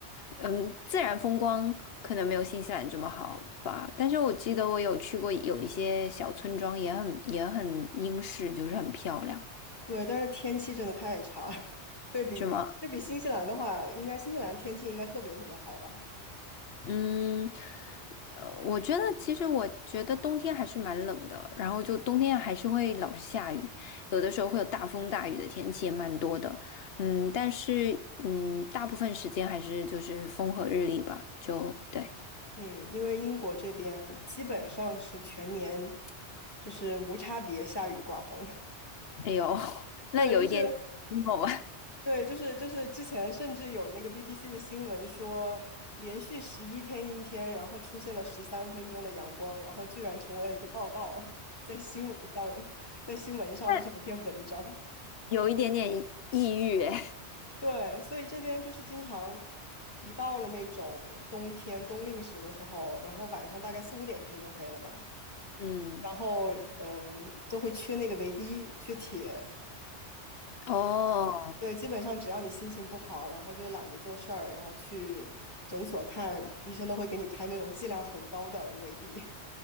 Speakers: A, on the left; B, on the left.
A: 嗯，自然风光可能没有新西兰这么好吧，但是我记得我有去过有一些小村庄，也很也很英式，就是很漂亮。
B: 对，但是天气真的太差了，<laughs> 对比对比新西兰的话，
A: 是吗？
B: 应该新西兰天气应该特别特别好吧？
A: 嗯，呃，我觉得其实我觉得冬天还是蛮冷的，然后就冬天还是会老是下雨，有的时候会有大风大雨的天气也蛮多的，嗯，但是嗯，大部分时间还是就是风和日丽吧，就对，
B: 嗯，因为英国这边基本上是全年就是无差别下雨刮风，
A: 哎呦，<laughs>
B: <laughs>
A: 那有一点，
B: 对，就是
A: emo 哦，
B: 对，就是就是之前甚至有那个 BBC 的新闻说，连续十一天阴天，然后出现了十三分钟的阳光，然后居然成为了一个报道，在新闻上，在新闻上就是有篇文章。
A: <laughs> 有一点点抑郁，哎，
B: 对，所以这边就是经常一到了那种冬天冬令时的时候，然后晚上大概四五点天就黑了嘛，
A: <laughs> 嗯，
B: 然后嗯，都会缺那个维 D，缺铁。
A: 哦，
B: 对，基本上只要你心情不好，然后就懒得做事儿，然后去诊所看医生，都会给你开那种剂量很高的维 D <laughs>。